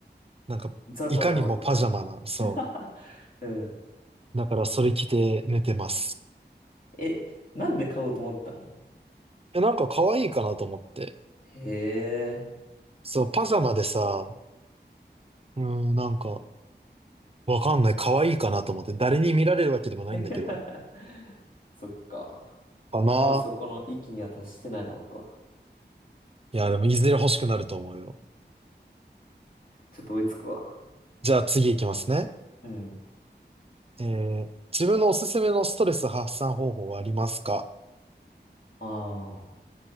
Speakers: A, on the right (about 35°); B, on the left (about 50°).
A: なんか、
B: ザ・
A: いかにもパジャマな、
B: パジャマ的な。
A: そ
B: <laughs> うん。
A: う。だからそれ着て寝てます。
B: え、なんで買おうと思ったの
A: え、なんか可愛いかなと思って。
B: へえ。
A: そう、パジャマでさ、うーん、なんか、わかんない。可愛いかなと思って。誰に見られるわけでもないんだけど。
B: <laughs> そっか。
A: かな
B: まだそこの域には達してないな、僕は。
A: いや、でも、いずれ欲しくなると思うよ。
B: ちょっと追いつくわ。
A: じゃあ、次行きますね。
B: うん。
A: えー、自分のおすすめのストレス発散方法はありますか
B: ああ、